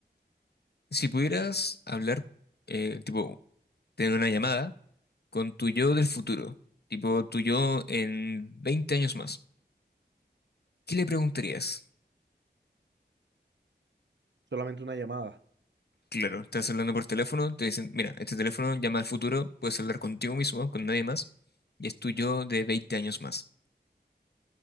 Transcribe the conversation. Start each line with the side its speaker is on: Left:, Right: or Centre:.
Left: si pudieras hablar, eh, tipo, tener una llamada con tu yo del futuro, tipo tu yo en 20 años más, ¿qué le preguntarías?
Right: Solamente una llamada.
Left: Claro, estás hablando por teléfono, te dicen, mira, este teléfono llama al futuro, puedes hablar contigo mismo, con nadie más, y es tu yo de 20 años más.